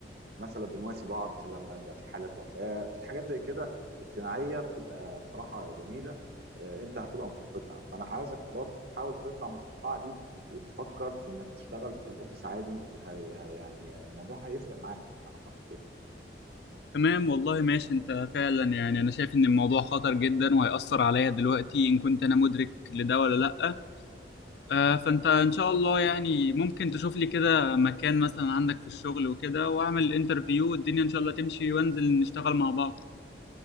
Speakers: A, on the right (about 60°); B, on the left (about 65°).
A: مثلا بنواسي بعض في لما بيبقى في حالات وفاة في حاجات زي كده اجتماعية بتبقى بصراحة جميلة آه، انت هتبقى مفتقدها فانا عاوزك برضو تحاول تطلع من الفقاعة دي وتفكر في انك تشتغل في الاوفيس عادي هي هي يعني الموضوع هيفرق معاك يعني اعتقد كده
B: تمام والله ماشي انت فعلا يعني انا شايف ان الموضوع خطر جدا وهيأثر عليا دلوقتي ان كنت انا مدرك لده ولا لأ آه فانت ان شاء الله يعني ممكن تشوف لي كده مكان مثلا عندك في الشغل وكده واعمل الانترفيو والدنيا ان شاء الله تمشي وانزل نشتغل مع بعض